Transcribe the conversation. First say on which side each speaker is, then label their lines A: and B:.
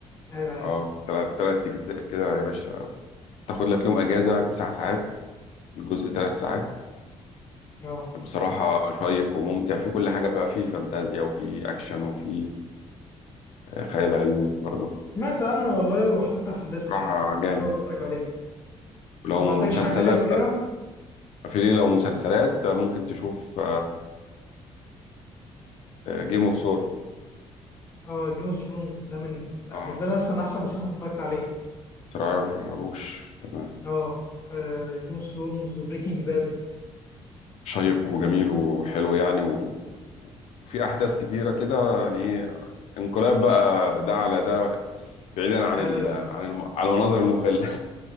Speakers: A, on the left; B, on the left.
A: ايوه ايوه
B: اه تلات تلات أجزاء كده يا باشا تاخد لك يوم أجازة تسع ساعات الجزء تلات ساعات
A: اه
B: بصراحة شيق وممتع في كل حاجة بقى فيه فانتازيا وفي أكشن وفي آه، خيال علمي برضو
A: سمعت عنها والله وحطيتها في الليسته
B: بصراحة
A: يعني
B: جامد
A: هو اتفرج عليها
B: ولو
A: ما عندكش
B: مسلسلات
A: حاجه تانية فاكرها
B: بقى في لو مسلسلات ممكن تشوف جيم اوف ثرونز
A: اه جيم اوف ثرونز ده من
B: اه
A: بالنسبه لي اصلا احسن مسلسل اتفرجت عليه
B: صراع العروش تمام
A: اه جيم اوف ثرونز وبريكنج باد
B: شيق وجميل وحلو يعني و... وفي أحداث كتيرة كده يعني إيه انقلاب بقى ده على ده بعيدا عن
A: ايوه
B: ال... عن الم... على المناظر المخلة